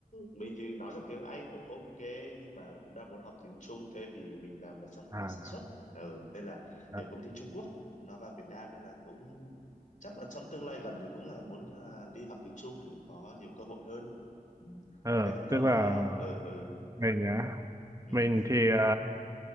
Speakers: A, on the left (about 55°); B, on the right (about 20°).
A: mình thì nói được tiếng Anh cũng ok nhưng mà cũng đang muốn học tiếng Trung thế vì mình làm ở trong lĩnh
B: à,
A: vực
B: à.
A: sản xuất ừ. nên là
B: à.
A: nhiều công ty Trung Quốc nó vào Việt Nam nên là cũng chắc là trong tương lai gần thì cũng là muốn à, đi học tiếng Trung để có nhiều cơ hội hơn ừ.
B: ờ,
A: thế còn
B: tức
A: cậu
B: là
A: thế nào ừ, ừ.
B: mình nhá.
A: Ừ.
B: Mình thì... ờ,